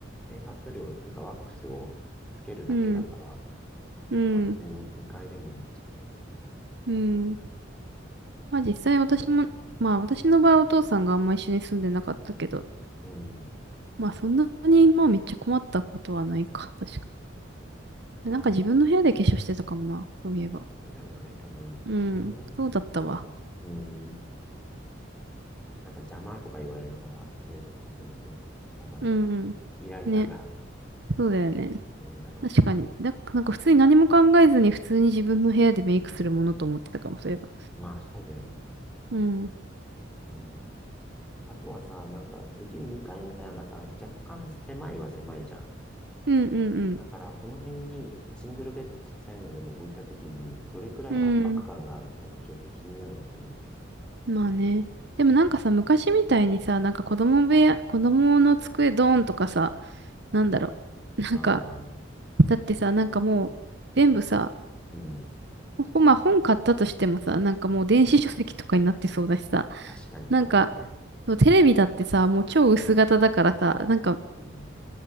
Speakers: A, in the centre; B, on the right.
A: 整髪料っていうかワックスをつけるだけだから、
B: うん。うん。
A: まあ、別に2回でもいいっちゃいいんだけど。
B: うん。まあ実際私も、まあ私の場合お父さんがあんま一緒に住んでなかったけど、
A: うん。
B: まあそんなにまあめっちゃ困ったことはないか。確か。
A: まあ、
B: なんか自分の部屋で化粧してたかもな。そういえば。
A: まあ、そうじゃない多分、
B: うん。
A: 大人にな、
B: そうだったわ。
A: なったら、うん。なんか邪魔とか言われながらメイクとかすると、多分、
B: うんう
A: イライラが、
B: ん。ね。
A: ね、
B: そうだよね。
A: 出るだろうし。
B: 確かに。だ、なんか普通に何も考えずに普通に自分の部屋でメイクするものと思ってたかも、そういえば。
A: まあ、そうだよね。
B: うん。うん
A: うん。あとはさ、なんか、結局2階の部屋がさ、若干狭いは狭いじゃん。
B: うんう
A: だから、
B: ん。
A: この辺に、まあ、シングルベッドちっちゃいのでも置いたときに、どれくらい圧迫感があるのかがちょっと気になるわけね。
B: うん。まあね。でもなんかさ、昔みたいにさ、なんか子供部屋、子供の机ドーンとかさ、なんだろう。<laughs> なんか、
A: ああ、
B: だってさ、なんかもう、全部さ、
A: うん。
B: ほ、まあ本買ったとしてもさ、なんかもう電子書籍とかになってそうだしさ、
A: 確かにそうだね。
B: なんか、そうテレビだってさ、もう超薄型だからさ、なんか
A: うん、